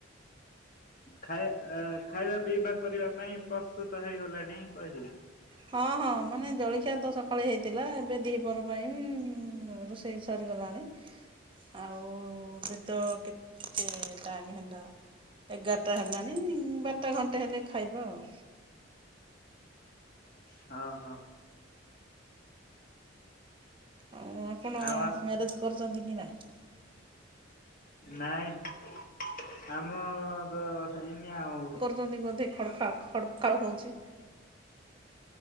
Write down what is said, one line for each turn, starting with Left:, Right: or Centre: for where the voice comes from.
Left: ଖାଇ ଖାଇବା ପିଇବା କରିବା ପାଇଁ ପ୍ରସ୍ତୁତ ହେଇଗଲାଣି କହିଲି।
Right: ହଁ ହଁ ମାନେ ଜଳିଖିଆ ତ ସକାଳେ ହେଇଥିଲା ଏବେ ଦିଇପହର ପାଇଁ ଉଁ ହଁ ରୋଷେଇ ସରିଗଲାଣି। ଆଉ କେତ କେତେ ଟାଇମ୍ ହେଲା ଏଗାରାଟା ହେଲାଣି। ନାଇଁ ବାରଟା ଘଣ୍ଟେ ହେଲେ ଖାଇବା ଆଉ।
Left: ହଁ ହଁ।
Right: ଆଉ ଆପଣ
Left: ଆଉ
Right: ମ୍ୟାରେଜ୍ କରିଚନ୍ତି କି ନାଇଁ?
Left: ନାଇଁ ଆମର ତ ହେଇନି ଆଉ।
Right: <unintelligible> ବଧେ ଖଡ଼ ଖଡ଼କା ଖଡ଼ ଖଡ଼ ହଉଚି।